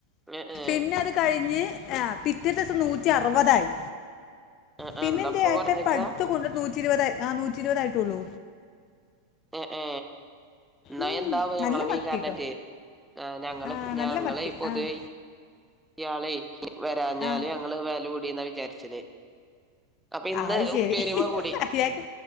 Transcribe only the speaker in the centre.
ഏഹ് ഏഹ്
ആ
ആ ഇന്നപ്പൊ
കൊറഞ്ഞക്കാ
ഏ ഏ എന്നാ
എന്താവൊ ഞങ്ങളെ
മീൻ
കാരനറ്റി
ഞങ്ങള്
ഞങ്ങള്
പൊതുവേ.
ഇയാളെ വരാഞ്ഞാല്
ഞങ്ങള് വെല കൂടിന വിചാരിച്ചല്. അപ്പൊ ഇന്ന്
ഉപ്പേരിമ്മെ കൂടി